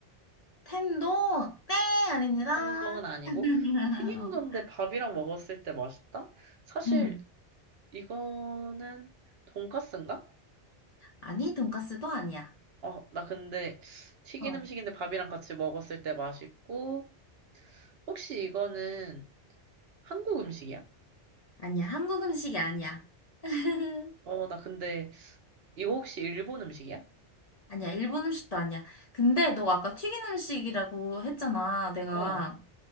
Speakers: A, on the left; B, on the right.
A: 텐도, 네, 아닙니다.
B: 햄버거는 아니고
A: <laughs>
B: 튀긴 건데 밥이랑 먹었을 때 맛있다? 사실
A: 응.
B: 이거는 돈까스인가?
A: 아니, 돈까스도 아니야.
B: 아, 나 근데 튀긴
A: 어.
B: 음식인데 밥이랑 같이 먹었을 때 맛있고 혹시 이거는 한국 음식이야?
A: 아니야, 한국 음식이 아니야. <laughs>
B: 어, 나 근데 이거 혹시 일본 음식이야?
A: 아니야, 일본 음식도 아니야. 근데 너가 아까 튀긴 음식이라고 했잖아, 내가.
B: 어,